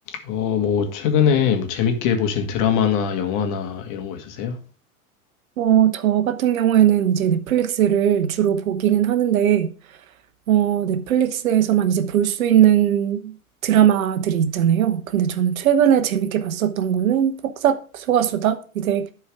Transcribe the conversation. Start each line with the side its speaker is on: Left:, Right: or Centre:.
Left: 어, 뭐, 최근에 뭐 재밌게 보신 드라마나 영화나 이런 거 있으세요?
Right: 어, 저 같은 경우에는 이제 넷플릭스를 주로 보기는 하는데, 어, 넷플릭스에서만 이제 볼 수 있는 드라마들이 있잖아요. 근데 저는 최근에 재밌게 봤었던 거는 폭삭 소가수다. 이제